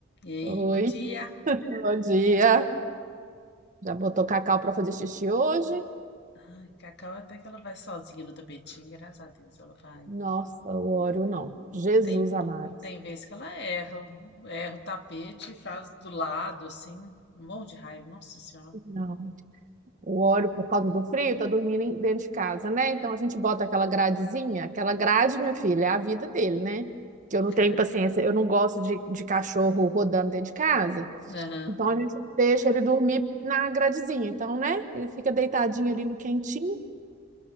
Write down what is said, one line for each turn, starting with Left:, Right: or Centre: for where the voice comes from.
Left: E aí,
Right: Oi,
Left: bom dia.
Right: bom dia. Já botou cacau para fazer xixi hoje?
Left: Ai, Cacau até que ela vai sozinha no tapetinho, graças a Deus, ela vai.
Right: Nossa, o óleo não. Jesus
Left: Tem,
Right: amado.
Left: tem vezes que ela erra, erra o tapete, e faz do lado, assim, um monte de raiva, nossa senhora.
Right: Não. O óleo, por causa do frio, tá dormindo em- dentro de casa, né? Então a gente bota aquela gradezinha. Aquela grade, minha filha, é a vida dele, né? Que eu não
Left: Aquela...
Right: tenho paciência, eu não gosto de, de cachorro rodando dentro de casa.
Left: Aham,
Right: Então a gente deixa ele dormir na gradezinha. Então, né? Ele fica deitadinho ali no quentinho.